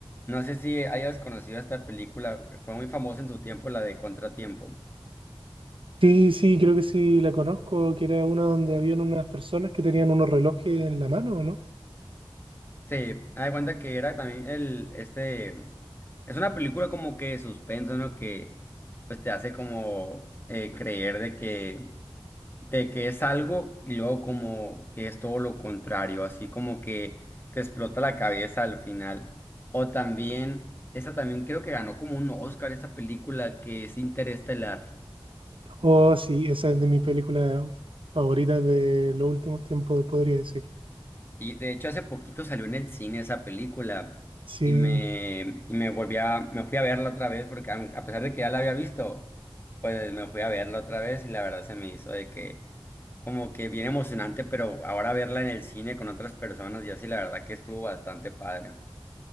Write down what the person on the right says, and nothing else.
Sí, sí, creo que sí la conozco, que era una donde habían unas personas que tenían unos relojes en la mano, no?
Oh, sí, esa es de mis películas favoritas de los últimos tiempos, podría decir.
Sí,